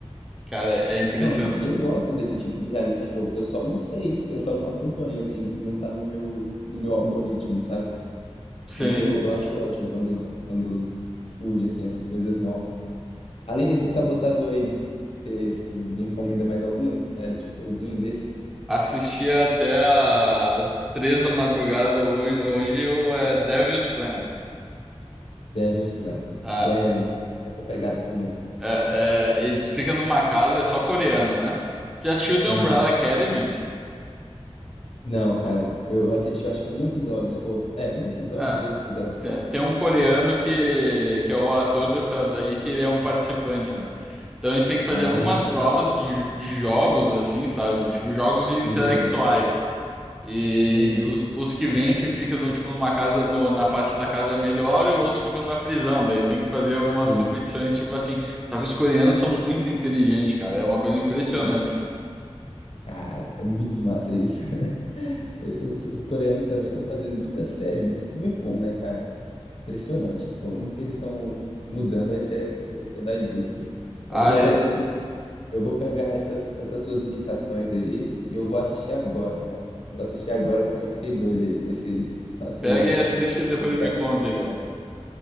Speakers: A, in the centre; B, on the left.
A: Cara, é impressionante.
B: Não, e, e eu gosto desse tipo de reality show. Eu só não sei, eu só não acompanho assim, não tá no meu no meu algoritmo, sabe?
A: Sim.
B: Mas eu, eu acho ótimo quando, quando surge assim essas coisas novas. Além desse sabotador aí, você, você me recomenda mais algum reality showzinho desses?
A: Assisti até às três da madrugada hoje, hoje o é, Devil's Plan.
B: Devil's Plan,
A: É,
B: que é essa pegada também.
A: É, é, e tu fica numa casa, é só coreano, né? Já assistiu The
B: Aham.
A: Umbrella Academy?
B: Não, cara, eu assisti acho que um episódio, ou é, um episódio,
A: Ah,
B: dois episódios
A: te-
B: só.
A: tem um coreano que, que é o ator dessa daí, que ele é um participante, né? Então eles têm que fazer
B: Ah,
A: algumas provas de, jo- de jogos, assim, sabe? Tipo, jogos de intelectuais.
B: entendi.
A: E
B: Uhum,
A: os, os que vencem ficam, no, tipo, numa casa, no- na parte da casa melhor e os outros ficam na prisão. Daí eles têm que fazer umas
B: sim,
A: competições, tipo assim. Só que os coreanos são muito inteligentes, cara. É uma coisa impressionante.
B: sim. Caraca, é muito massa isso. <laughs> Os, os coreanos também estão fazendo muita série, muito filme bom, né, cara? Impressionante como que eles estão mudando essa, essa questão da indústria.
A: Ah,
B: Mas eu vou fazer o seguinte, eu vou pegar essas, essas suas indicações aí e eu vou assistir agora, cara. Vou assistir agora porque eu fiquei doido aí com esse, com as suas
A: Pega
B: indica,
A: e assiste
B: com as
A: e depois
B: suas indicações.
A: me conta, Igor.